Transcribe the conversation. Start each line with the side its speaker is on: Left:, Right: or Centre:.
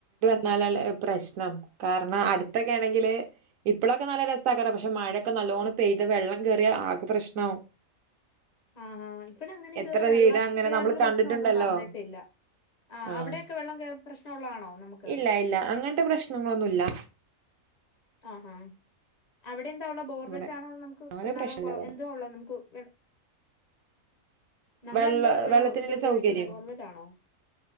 Right: ഇന്നാലെല്ലെ പ്രശ്‌നം കാരണം അടുത്തേക്കേണങ്കിൽ ഇപ്പളൊക്കെ നല്ല രസക്കരും പക്ഷേ മഴക്കെ നല്ല നല്ലോണ് പെയ്ത വെള്ളം കേറിയ ആകെ പ്രശനാവും
Left: ആഹ് ആ ഇവടെ അങ്ങനെ ഇതുവരെ
Right: എത്ര
Left: വെള്ളക്കയറൽ
Right: വീടാ അങ്ങനെ നമ്മള് കണ്ടിട്ടുണ്ടല്ലോ
Left: പ്രശ്നമൊന്നും വന്നട്ടില്ല ആ
Right: ആഹ്
Left: അവിടെയൊക്കെ വെള്ളം കേറൽ പ്രശ്നംള്ളതാണോ നമുക്ക്
Right: ഇല്ല അങ്ങനത്തെ പ്രശ്നങ്ങളൊന്നുല്ല ഇല്ല
Left: ആഹ് ഹാ അവിടെ എന്താഒള്ള ബോർവെൽ
Right: ഇവിടെ
Left: ആണോ നമുക്ക്
Right: അങ്ങനെ
Left: കിണറോ
Right: പ്രശ്നല്ല
Left: കുളോ
Right: ഇവിടെ
Left: എന്തോ ഉള്ള നമുക്ക് നമ്മളെന്തോ
Right: വെള്ള
Left: വെള്ളം
Right: വെള്ളത്തിനുള്ള
Left: ഇത് ഉപയോഗിക്കുന്നത്
Right: സൗകര്യം
Left: ബോർവലാണോ